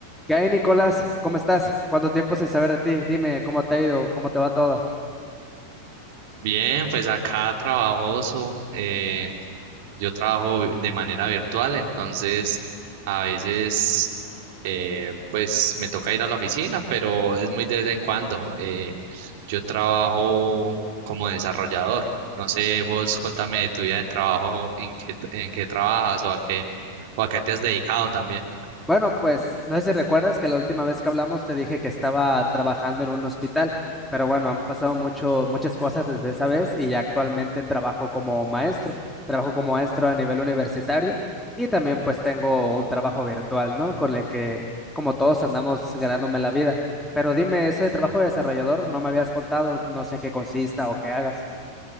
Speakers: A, in the centre; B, on the right.
A: ¿Qué hay, Nicolás? ¿Cómo estás? ¿Cuánto tiempo sin saber de ti? Dime, ¿cómo te ha ido? ¿Cómo te va todo?
B: Bien, pues acá trabajoso, eh, yo trabajo vi- de manera virtual, entonces a veces eh, pues me toca ir a la oficina, pero es muy de vez en cuando. eh, yo trabajo como desarrollador. No sé, vos contame de tu vida de trabajo, en qué, en qué trabajas o a qué, o a qué te has dedicado también.
A: Bueno, pues no sé si recuerdas que la última vez que hablamos te dije que estaba trabajando en un hospital, pero bueno, han pasado mucho, muchas cosas desde esa vez y ya actualmente trabajo como maestro, trabajo como maestro a nivel universitario y también pues tengo un trabajo virtual, ¿no? Con el que como todos andamos ganándome la vida. Pero dime, ese trabajo de desarrollador no me habías contado, no sé en qué consista o qué hagas.